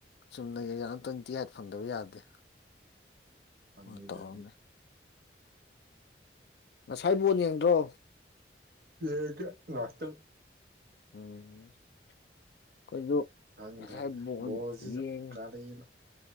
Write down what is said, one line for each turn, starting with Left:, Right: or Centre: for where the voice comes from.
Left: ꯆꯨꯝꯅꯒꯤ ꯑꯖꯥ ꯇ꯭ꯋꯦꯟꯇꯤ ꯑꯥꯏꯠ ꯐꯪꯗꯕ ꯌꯥꯗꯦ
Right: ꯐꯪꯅꯤꯗ
Left: ꯍꯣꯏ ꯇꯧꯔꯝꯅꯦ ꯉꯁꯥꯏ ꯕꯣꯟ ꯌꯦꯡꯗ꯭ꯔꯣ
Right: ꯂꯩ ꯀ ꯉꯥꯛꯇꯪ
Left: ꯎꯝ ꯑꯩꯈꯣꯏꯁꯨ
Right: ꯈꯪꯗ꯭ꯔꯦꯗ
Left: ꯉꯁꯥꯏ ꯕꯣꯟ
Right: ꯕꯣꯟꯖꯤꯁꯨ
Left: ꯌꯦꯡꯉꯤ
Right: ꯀꯔꯤꯅꯣ